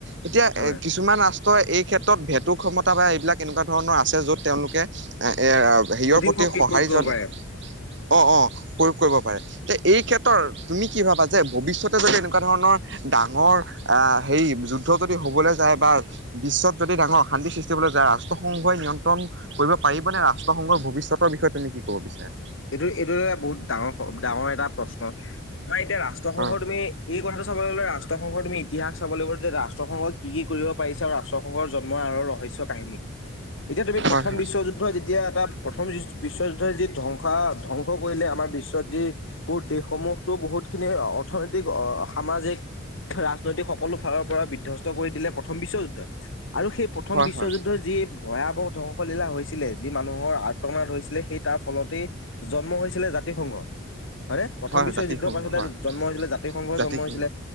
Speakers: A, on the right (about 55°); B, on the left (about 65°).
A: এতিয়া
B: হয়,
A: এ কিছুমান আ ত' এই ক্ষেত্ৰত ভেতু ক্ষমতা বা এইবিলাক এনেকুৱা ধৰণৰ আছে, য'ত তেওঁলোকে <unintelligible> হেৰিয়ৰ
B: অধিক
A: প্ৰতি
B: শক্তি
A: সঁহাৰি
B: প্ৰয়োগ কৰিব
A: জনা
B: পাৰে।
A: অ', অ', প্ৰয়োগ কৰিব পাৰে, তে এই ক্ষেত্ৰত তুমি কি ভাবা যে ভৱিষ্যতে যদি এনেকুৱা ধৰণৰ ডাঙৰ আহ, হেৰি যুদ্ধ যদি হ'বলৈ যায় বা বিশ্বত যদি ডাঙৰ অশান্তিৰ সৃষ্টি হ'বলৈ যায়, ৰাষ্ট্ৰসংঘই নিয়ন্ত্ৰণ কৰিব পাৰিব নে, ৰাষ্ট্ৰসংঘৰ ভৱিষ্যতৰ বিষয়ে তুমি কি ক'ব বিচাৰা?
B: এইটো, এইটোতো এটা বহুত ডাঙৰ, ডাঙৰ এটা প্ৰশ্ন! তোমাৰ এতিয়া ৰাষ্ট্ৰসংঘৰ
A: অ
B: তুমি এই কথাটো চাবলৈ গ'লে ৰাষ্ট্ৰসংঘৰ তুমি ইতিহাস চাব লাগিব, যে ৰাষ্ট্ৰসংঘই কি-কি কৰিব পাৰিছে আৰু ৰাষ্ট্ৰসংঘৰ জন্মৰ আঁৰৰ ৰহস্যৰ কাহিনী! এতিয়া তুমি প্ৰথম
A: হয় হয়।
B: বিশ্বযুদ্ধই যেতিয়া, এটা প্ৰথম বিশ্বযুদ্ধই যি ধ্বংস <unintelligible> ধ্বংস কৰিলে, আমাৰ বিশ্বত যি <unintelligible> দেশসমূহতো বহুতখিনি অৰ্থনৈতিক, সামাজিক ৰাজনৈতিক সকলো ফালৰ পৰা বিধ্বস্ত কৰি দিলে প্ৰথম বিশ্বযুদ্ধই, আৰু সেই প্ৰথম
A: হয়
B: বিশ্বযুদ্ধই
A: হয়
B: যি ভয়াৱহ ধ্বংসলীলা হৈছিলে, যি মানুহৰ <unintelligible> সেই তাৰ ফলতেই জন্ম হৈছিলে জাতিৰ সংঘ। হয়নে, প্ৰথম
A: হয়
B: বিশ্ব
A: জাতিসংঘ
B: যুদ্ধৰ পাছতে
A: হয়
B: জন্ম হৈছিলে জাতিৰ সংঘই
A: জাতিসংঘ
B: জন্ম হৈছিলে।